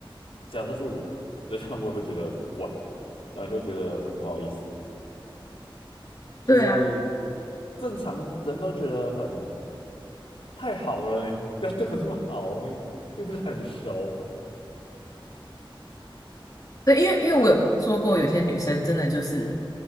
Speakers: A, on the left (about 80°); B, on the left (about 40°).
A: 假设是我对象，<laughs> 我也会觉得很怪，然后也会觉得很不好意思。就是
B: 对啊，
A: 正常人都觉得很太好了，你不要对我这么好，我们又不是很熟。
B: 对，因为因为我有听说过，
A: 但
B: 有些女生真的就是